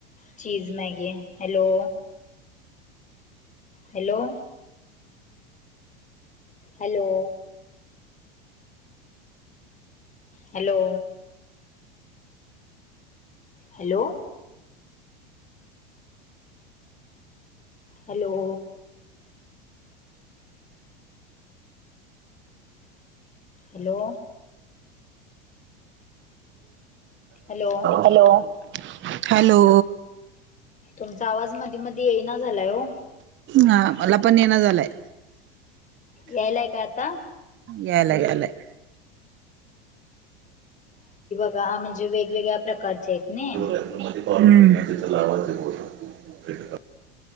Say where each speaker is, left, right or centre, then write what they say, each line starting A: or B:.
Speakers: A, on the left; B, on the right.
A: cheese Maggi hello. Hello. Hello. Hello. Hello. Hello. Hello. Hello
B: hello hello.
A: तुमचा आवाज मधी मधी येईना झालाय ओ.
B: हा मला पण येेणा झालाय.
A: यायलाय का आता
B: याला यालाय.
A: वा म्हणजे वेगवेगळ्या प्रकारचे आहेत नी.
B: हम्म.